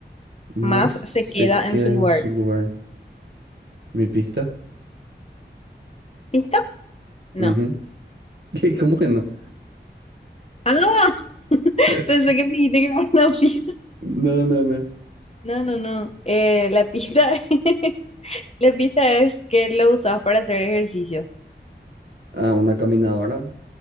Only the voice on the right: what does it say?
más
se
queda
en
su lugar. ¿Mi pista?
Ujú. <laughs> ¿Cómo que no?
<laughs>
No, no, no.
Ah, una caminadora